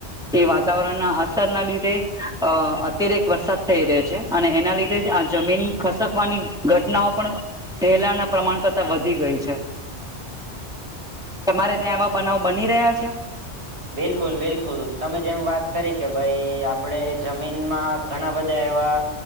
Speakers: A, in the centre; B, on the right.
A: એ વાતાવરણના અસરના લીધે અ અત્યારેક વરસાદ થઈ રહી છે અને એના લીધે જ આ જમીન ખસકવાની ઘટનાઓ પણ પેહલાના પ્રમાણ કરતા વધી ગઈ છે. તમારે કે આના બનાવ બની રહ્યા છે.
B: બિલકુલ બિલકુલ. તમે જેમ વાત કે ભઈ આપણે જમીનમાં ઘણા બધા એવા